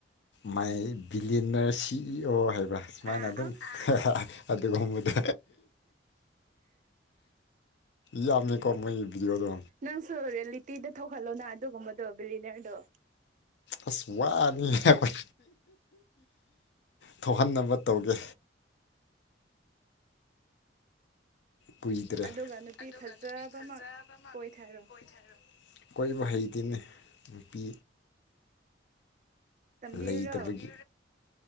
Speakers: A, on the left; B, on the right.
A: ꯃꯥꯏ ꯕꯤꯂꯤꯟꯅꯔ ꯁꯤ ꯏ ꯑꯣ ꯍꯥꯏꯕ ꯁꯨꯃꯥꯏꯅ
B: ꯑꯁ
A: ꯑꯗꯨꯝ ꯑꯗꯨꯒꯨꯝꯕꯗꯣ ꯌꯥꯝꯅ ꯀꯣ ꯃꯣꯏ ꯚꯤꯗꯤꯑꯣꯗꯣ
B: ꯅꯪꯁꯨ ꯔꯤꯌꯦꯂꯤꯇꯤꯗ ꯊꯣꯛꯍꯜꯂꯣꯅ ꯑꯗꯨꯒꯨꯝꯕꯗꯣ ꯕꯤꯂꯤꯅꯤꯌꯥꯔꯗꯣ
A: ꯑꯁ ꯋꯥꯅꯤ ꯑꯩꯈꯣꯏ ꯊꯣꯛꯍꯟꯅꯕ ꯇꯧꯒꯦ ꯀꯨꯏꯗ꯭ꯔꯦ
B: ꯑꯗꯨꯒ ꯅꯨꯄꯤ
A: ꯑꯗꯨꯒ
B: ꯐꯖꯕꯃꯛ
A: ꯅꯨꯄꯤ ꯐꯖꯕꯃ
B: ꯀꯣꯏꯊꯔꯣ
A: ꯀꯣꯏꯊꯔꯣ ꯀꯣꯏꯕ ꯍꯩꯗꯤꯅꯦ ꯅꯨꯄꯤ
B: ꯇꯝꯕꯤꯔꯣ
A: ꯂꯩꯇꯕꯒꯤ